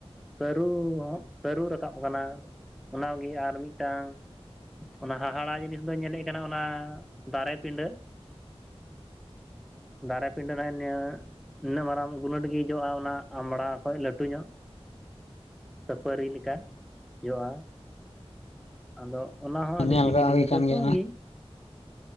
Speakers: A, in the centre; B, on the left.
A: ᱥᱟᱹᱨᱩ ᱦᱩᱸ ᱥᱟᱹᱨᱩ ᱨᱟᱠᱟᱵ ᱠᱟᱱᱟ ᱚᱱᱟ ᱜᱤ ᱟᱨ ᱢᱤᱫᱴᱟᱝ ᱚᱱᱟ ᱦᱟᱦᱟᱲᱟ ᱡᱤᱱᱤᱥ ᱫᱚᱧ ᱧᱮᱞᱮᱫ ᱠᱟᱱᱟ ᱚᱱᱟ ᱫᱟᱨᱮᱯᱤᱸᱰᱟᱹ ᱫᱟᱨᱮ ᱯᱤᱸᱰᱟᱹ ᱱᱟᱸᱜ ᱱᱤᱭᱟᱹ ᱱᱤᱱᱟ. ᱜ ᱢᱟᱨᱟᱝ ᱜᱩᱞᱟᱹᱴ ᱜᱮ ᱡᱚᱜ-ᱟ ᱚᱱᱟ ᱟᱢᱲᱟ ᱠᱷᱚᱡ ᱞᱟᱹᱴᱩ ᱧᱚᱜ᱾ ᱥᱟᱹᱯᱟᱹᱨᱤ ᱞᱮᱠᱟ ᱡᱚᱜ-ᱟ᱾ ᱟᱫᱚ ᱚᱱᱟ ᱦᱚᱸ ᱟᱹᱰᱤ
B: ᱧᱮᱞ
A: ᱥᱤᱵᱤᱞ
B: ᱠᱟᱜ ᱦᱩᱭ
A: ᱜᱮᱭᱟ
B: ᱠᱟᱱ
A: ᱡᱚᱛᱚ
B: ᱚᱱᱟ
A: ᱜᱤ